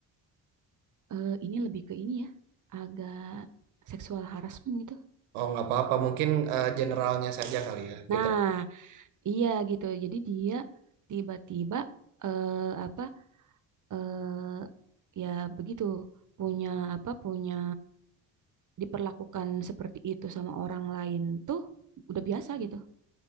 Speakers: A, on the right; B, on the right.
A: eh, ini lebih ke ini ya. Agak seksual harassment gitu.
B: Oh, nggak apa-apa. Mungkin eh, generalnya saja kali ya
A: Nah,
B: kita.
A: iya gitu. Jadi dia tiba-tiba eh apa eh ya begitu punya apa punya diperlakukan seperti itu sama orang lain tuh udah biasa gitu.